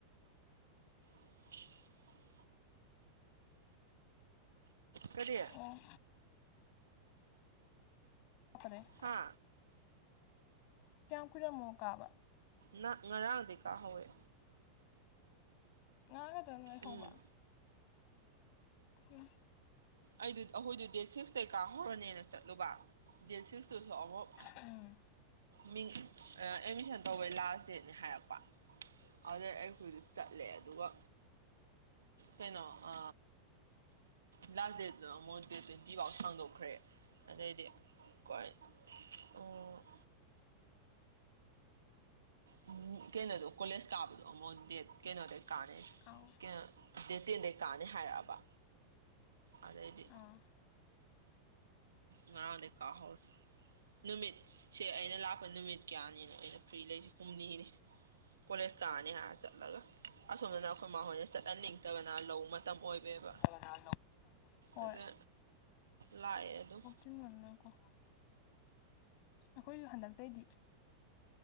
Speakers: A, on the right; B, on the left.
A: <inaudible> ꯀꯔꯤ
B: ꯑꯣ ꯑꯗꯩꯩ
A: ꯍꯥ
B: ꯀꯌꯥꯝ ꯀꯨꯏꯔꯦ ꯃꯣ ꯀꯥꯕ
A: ꯅ ꯉꯔꯥꯡꯗꯤ ꯀꯥ ꯍꯧꯑꯦ
B: ꯉꯔꯥꯡ ꯈꯛꯇꯅꯦ ꯍꯧꯕ
A: ꯎꯝ
B: ꯎꯝ
A: ꯑꯩꯗꯣ ꯑꯩꯈꯣꯏꯗꯣ ꯗꯦꯠ ꯁꯤꯛꯁꯇꯩ ꯀꯥꯍꯧꯔꯅꯦꯅ ꯆꯠꯂꯨꯕ ꯗꯦꯠ ꯁꯤꯛꯁꯇꯨꯁꯨ ꯑꯋꯛ
B: ꯎꯝ
A: ꯃꯤꯡ ꯑ ꯑꯦꯠꯃꯤꯁꯟ ꯇꯧꯕꯩ ꯂꯥꯁ ꯗꯦꯠꯅꯦ ꯍꯥꯏꯔꯛꯄ ꯑꯗꯨꯗꯩ ꯑꯩ ꯍꯨꯖꯤꯛ ꯆꯠꯂꯦ ꯑꯗꯨꯒ ꯀꯩꯅꯣ ꯑ ꯂꯥꯁ ꯗꯦꯠꯇꯨ ꯑꯃꯨꯛ ꯗꯦꯠ ꯇ꯭ꯋꯦꯟꯇꯤꯐꯥꯎ ꯁꯥꯡꯗꯣꯛꯈ꯭ꯔꯦ ꯑꯗꯩꯗꯤ ꯀꯩ ꯑꯣ ꯎꯝ ꯀꯩꯅꯣꯗꯣ ꯀꯣꯂꯦꯖ ꯀꯥꯕꯗꯣ ꯑꯃꯣꯛ ꯗꯦꯠ ꯀꯩꯅꯣꯗꯩ ꯀꯥꯔꯅꯤ꯫
B: ꯑꯥꯎ
A: ꯀꯩꯅꯣ ꯗꯦꯠ ꯇꯦꯟꯗꯩ ꯀꯥꯅꯤ ꯍꯥꯏꯔꯛꯑꯕ ꯑꯗꯩꯗꯤ
B: ꯑꯥ
A: ꯉꯔꯥꯡꯗꯩ ꯀꯥ ꯍꯧꯔꯦ꯫ ꯅꯨꯃꯤꯠꯁꯦ ꯑꯩꯅ ꯂꯥꯛꯄ ꯅꯨꯃꯤꯠ ꯀꯌꯥꯅꯤꯅꯣ ꯑꯩꯅ ꯐ꯭ꯔꯤ ꯂꯩꯁꯦ ꯍꯨꯝꯅꯤꯅꯦ ꯀꯣꯂꯦꯖ ꯀꯥꯔꯅꯤ ꯍꯥꯏꯔ ꯆꯠꯂꯒ꯫ ꯑꯁꯣꯝꯗꯅ ꯑꯩꯈꯣꯏ ꯃꯥꯍꯣꯏꯅ ꯆꯠꯍꯟꯅꯤꯡꯇꯕꯅ ꯂꯧ ꯃꯇꯝ ꯑꯣꯏꯕꯩꯕ꯫
B: <unintelligible> ꯍꯣꯏ꯫
A: ꯑꯗ ꯂꯥꯛꯑꯦ ꯑꯗꯨꯝ
B: <unintelligible> ꯅꯣꯟꯅ ꯀꯣ ꯑꯈꯣꯏꯖꯨ ꯍꯟꯗꯛꯇꯩꯗꯤ